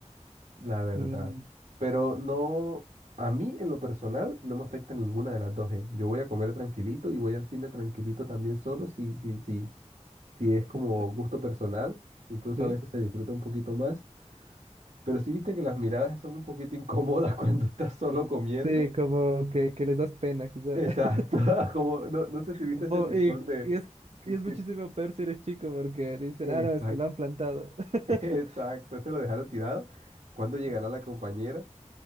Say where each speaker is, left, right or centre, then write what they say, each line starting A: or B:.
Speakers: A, on the right; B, on the right.
A: la verdad.
B: Mm,
A: Pero no, a mí en lo personal no me afecta ninguna de las dos, ¿eh? Yo voy a comer tranquilito y voy al cine tranquilito también solo, si, si, si, si es como
B: ya.
A: gusto personal, incluso
B: ¿Sí?
A: a veces se disfruta un poquito más. Pero si viste que las miradas son un poquito incómodas <laughs> cuando estás solo comiendo.
B: Sí, como que, que les das pena, quizá.
A: Exacto,
B: <laughs>
A: <laughs> como no, no sé si viste
B: Po-
A: ese TikTok
B: Y,
A: de
B: y es,
A: que,
B: y es
A: que-
B: muchísimo peor si eres chico porque dicen,
A: exacto,
B: ah, no, es que lo han plantado. <laughs>
A: <laughs> exacto, se lo dejaron tirado. ¿Cuándo
B: Ujú.
A: llegará la compañera?